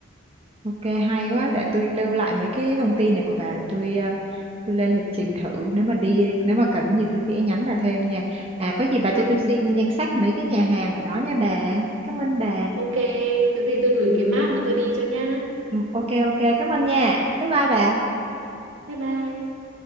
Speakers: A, on the right (about 30°); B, on the right (about 70°).
A: ok hay quá. Để
B: Thế.
A: tôi lưu lại mấy cái thông tin này của bà để tôi à, tôi lên lịch trình thử. Nếu mà đi nếu mà cần gì tôi sẽ nhắn bà thêm nha. À có gì bà
B: Ừ,
A: cho tôi xin danh sách mấy cái nhà hàng ở đó nha bà. Cảm ơn bà.
B: ok, cái gì tôi gửi cái map mà tôi đi cho nhá.
A: Ừ, Ok ok cảm ơn nha. Bye bye bà.
B: Bye bye.